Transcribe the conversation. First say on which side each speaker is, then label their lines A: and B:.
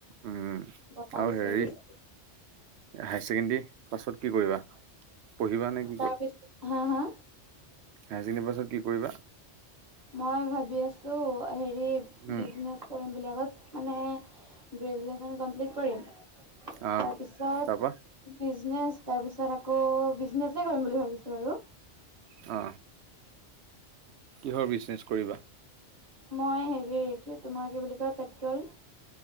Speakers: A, on the right; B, on the right.
A: উম
B: বতাহ
A: আৰু
B: বিচাৰি
A: হেৰি।
B: বিচাৰি
A: হায়াৰ ছেকেণ্ডৰী পাছত কি কৰিবা পঢ়িবা নেকি।
B: তাৰপিছত হা হা,
A: হাই ছেকেণ্ডাৰী পাছত কি কৰিবা।
B: মই ভাবি আছো হেৰি
A: উম
B: বিজনেচ। কৰিম বুলি আগত মানে গ্ৰেজুৱেশ্যন কমপ্লিট কৰিম। তাৰ
A: আহ
B: পিছত,
A: তাৰপা
B: বিজনেচ তাৰ পিছত আকৌ বিজনেছে কৰিম বুলি ভাবিছো আৰু
A: অ কিহৰ বিজনেচ কৰিবা।
B: মই হেৰি তোমাৰ কি বুলি কয় পেট্ৰল,